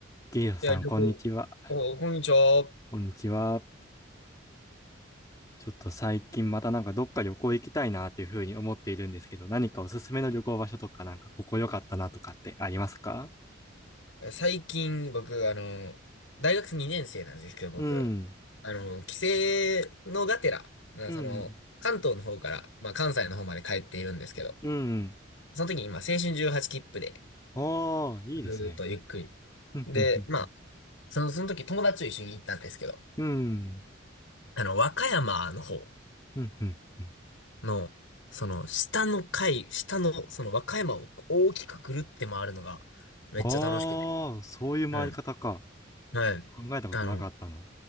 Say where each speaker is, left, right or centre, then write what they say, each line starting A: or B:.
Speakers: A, on the left; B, on the left.
A: ゲイヨさん、
B: いや、旅行。
A: こんにちは。
B: お、こんにちは。
A: こんにちは。ちょっと最近またなんかどっか旅行行きたいなっていうふうに思っているんですけど、何かおすすめの旅行場所とかなんかここ良かったなとかってありますか
B: 最近、僕、あの、大学2年生なんですけど、僕、
A: うん。
B: あの、帰省のがてら、まあ、
A: うん。
B: その、関東の方から、まあ、関西の方まで帰っているんですけど、
A: うん。
B: その時に今、青春18切符で、
A: ああ、いいですね。
B: ずーっとゆっくり。
A: うん。
B: で、
A: うん。
B: まあ、その、その時友達と一緒に行ったんですけど、
A: うん。
B: あの、和歌山の方
A: うん。うんうん
B: の、その、下の階、下の、その和歌山を大きくぐるって回るのが、めっちゃ楽しくて。
A: ああー、そういう回り方か。
B: うん。はい。
A: 考えたことなかったな。
B: あの、い